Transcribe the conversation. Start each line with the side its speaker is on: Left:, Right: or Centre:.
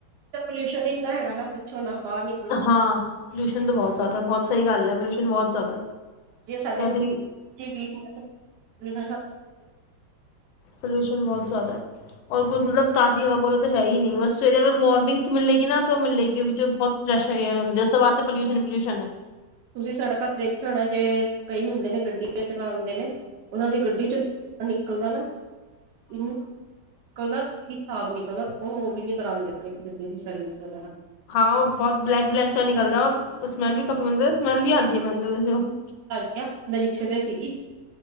Right: ਪੋਲਿਊਸ਼ਨ ਹੀ ਹਦਾ ਹੈਗਾ ਨਾ ਕੁੱਛੋ ਨਾ। ਬਾਹਰ ਨਿਕਲੋ
Left: ਹਾਂ ਪੋਲਿਊਸ਼ਨ ਤਾਂ ਬਹੁਤ ਜ਼ਿਆਦਾ ਬਹੁਤ ਸਹੀ ਗੱਲ ਹੈ। ਪੋਲ ਬਹੁਤ ਜ਼ਿਆਦਾ
Right: ਜੇ ਸਾਡੇ
Left: ਆਈ ਥਿੰਕ
Right: <unintelligible>
Left: ਪੋਲਿਊਸ਼ਨ ਬਹੁਤ ਜ਼ਿਆਦਾ ਔਰ ਕੋ ਮਤਲਬ ਤਾਜ਼ੀ ਹਵਾ ਓਹੋ ਤਾਂ ਹੈ ਹੀ ਨਹੀਂ ਲੋ ਤਾਂ ਹੈ ਹੀ ਨਹੀਂ ਸਵੇਰੇ ਅਗਰ ਮੋਰਨਿੰਗ ਚ ਮਿਲੇਗੀ ਨਾ ਤੇ ਉਹ ਮਿਲੇਗੀ ਵੀ ਜੋ ਬਹੁਤ ਫਰੈਸ਼ ਵਗੈਰਾ ਹੁੰਦੀ ਹੈ ਉਸ ਤੋਂ ਬਾਅਦ ਤੇ ਪਲਿਊਸ਼ਨ ਪੋਲਿਊਸ਼ਨ ਐ।
Right: ਤੁਸੀਂ ਸੜਕਾਂ ਤੇ ਦੇਖਿਆ ਹੋਣਾ ਜਿਵੇਂ ਕਈ ਹੁੰਦੇ ਨੇ ਗੱਡੀਆਂ ਚਲਾਂਦੇ ਨੇ ਉਹਨਾਂ ਦੀ ਗੱਡੀ ਚ ਨਿਕਲਦਾ ਨਾ <unintelligible> <unintelligible> <unintelligible> ਉਹ ਓਹ ਵੀ ਨੀ ਕਰਾਂਦੇ ਆਪਣੀ ਗੱਡੀ ਦੀ ਸਰਵਿਸ ਵਗੈਰਾ।
Left: ਹਾਂ, ਉਹ ਬਹੁਤ ਬਲੈਕ ਬਲੈਕ ਚ ਨਿਕਲਦਾ ਔਰ ਉਸ ਨਾਲ ਵੀ <unintelligible> ਸਮੈਲ ਵੀ ਆਂਦੀ ਐ ਮੈਨੂੰ ਤਾਂ ਵੈਸੇ ਓਹ।
Right: <unintelligible> ਮੈ ਰਿਕਸ਼ੇ ਤੇ ਸੀਗੀ।